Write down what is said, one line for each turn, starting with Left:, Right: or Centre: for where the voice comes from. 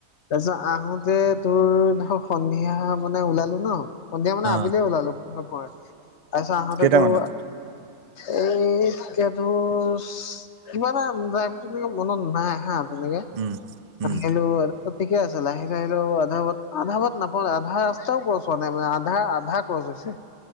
Left: তাৰপিছত আহোতে তোৰ ধৰ সন্ধিয়া মানে ওলালো ন সন্ধিয়া মানে
Right: অ
Left: আবিলিয়ে ওলালো ন প তাৰপিছত আহোতেতো
Right: কেইটামানত
Left: এই কে দূৰ কিবা এটা টাইমটো টো মনত নাই হা তেনেকে
Right: উম উম
Left: আহিলো ঠিকে আছে লাহে লাহেকে আহিলো আধা বাত আধা বাট নাপা আধা ৰাস্তাও চোৱা নাই মানে আধা আধা ক গৈছে